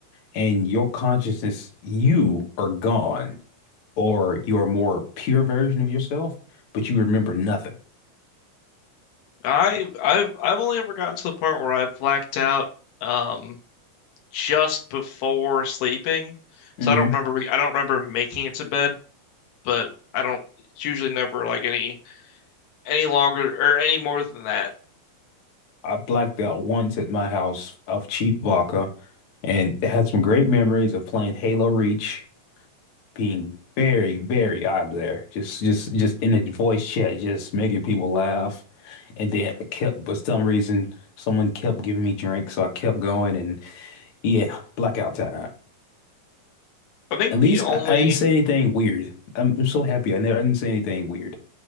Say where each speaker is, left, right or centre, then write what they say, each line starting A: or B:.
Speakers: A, on the left; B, on the left.
A: and your consciousness, you are gone, or you're a more pure version of yourself, but you remember nothing.
B: I I've I've only ever gotten to the point where I've blacked out um just before sleeping.
A: hmm
B: So I don't remember I don't remember making it to bed, but I don't it's usually never like any any longer or any more than that.
A: I blacked out once at my house of cheap vodka and had some great memories of playing Halo Reach, being very, very out there. Just just just in the voice chat, just making people laugh. And then I kept for some reason someone kept giving me drinks, so I kept going and yeah, blackout time.
B: I think
A: At least
B: the only
A: I, I didn't say anything weird. I'm, I'm so happy I never I didn't say anything weird.